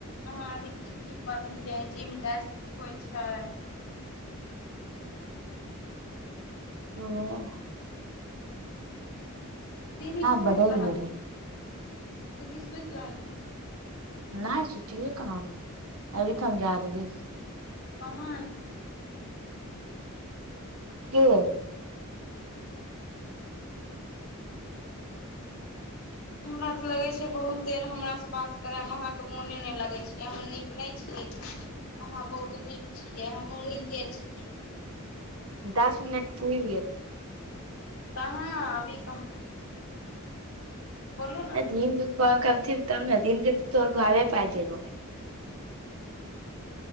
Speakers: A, on the left; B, on the right.
A: अहाँ अभी की की पढ़लियै जिम जायज की होइ छै
B: ह
A: दीदी सुति
B: बदलि
A: रहलखिन
B: गेलै
A: दीदी सुति रहलखिन
B: नहि सठ कहब अभी तन जााक भ
A: पाँच
B: के
A: हमरा तऽ लगै छै बहुत देर हमरासँ बास करयमे अहाँके मोने नहि लगैत छै हम नीक नहि छियै कि अहाँ बहुत नीक छियै हमहूँ नीके छियै
B: दस मिनट सुरी
A: कहाँ अभी कहाँ बोलू ने अहाँ
B: दीन दु भ तब ने दिनके तऽ तोर घर पाय जेब